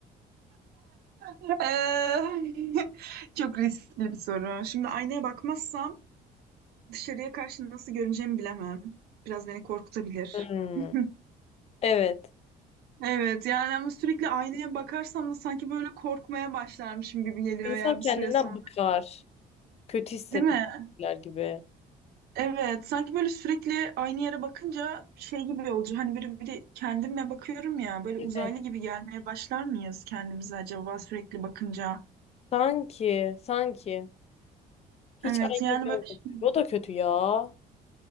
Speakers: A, on the right; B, on the left.
A: Eee, <laughs> çok riskli bir soru. Şimdi aynaya bakmazsam dışarıya karşı nasıl görüneceğimi bilemem. Biraz beni korkutabilir.
B: Hmm,
A: <laughs>
B: Evet.
A: Evet yani ama sürekli aynaya bakarsam da sanki böyle korkmaya başlarmışım gibi geliyor
B: İnsan
A: ya
B: kendinden
A: bir süre sonra.
B: bıkar. Kötü hissetmekler
A: Değil mi?
B: gibi.
A: Evet sanki böyle sürekli aynı yere bakınca şey gibi olacak. Hani böyle bir kendime bakıyorum ya böyle
B: Evet.
A: uzaylı gibi gelmeye başlar mıyız kendimize acaba sürekli bakınca?
B: Sanki, sanki. Hiç
A: Evet
B: aynı
A: yani
B: görmedim.
A: böyle şey.
B: O da kötü ya.